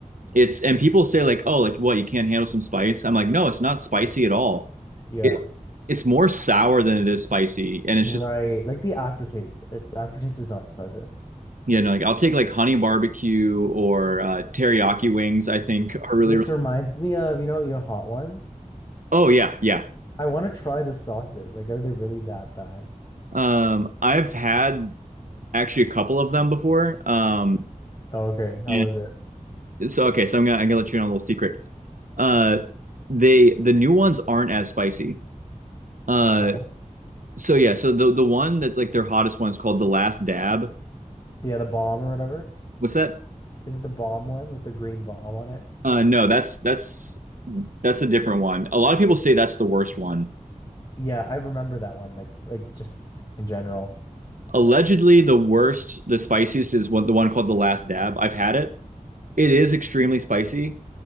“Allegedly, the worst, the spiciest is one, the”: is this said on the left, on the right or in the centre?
Right